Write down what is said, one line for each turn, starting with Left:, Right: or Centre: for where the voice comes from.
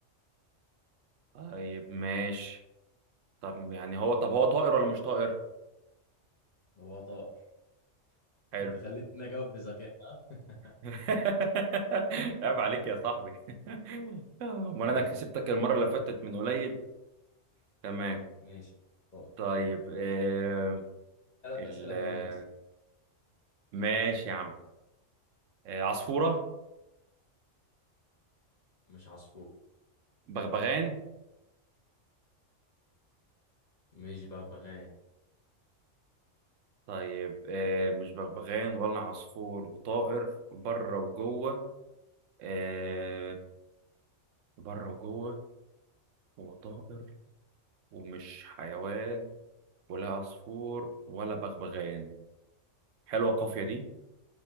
Right: طيب ماشي طب يعني هو طب هو طائر ولا مش طائر
Left: هو طائر <laughs>
Right: حلو
Left: انت خليتني اجاوب بذكاء <laughs>
Right: <laughs> عيب عليك يا صاحبي <laughs> امال
Left: ماشي
Right: انا كسبتك المره اللي فاتت من قليل تمام
Left: ماشي طائر
Right: طيب آه
Left: ثلاث
Right: ال
Left: أسئلة
Right: آه،
Left: كمان بس
Right: ماشي يا عم آه عصفوره
Left: مش عصفورة
Right: بغبغان
Left: مش بغبغان
Right: طيب آه مش بغبغان ولا عصفور وطائر بره وجوه آه بره وجوه وطائر ومش حيوان ولا عصفور ولا بغبغان حلوه القافيه دي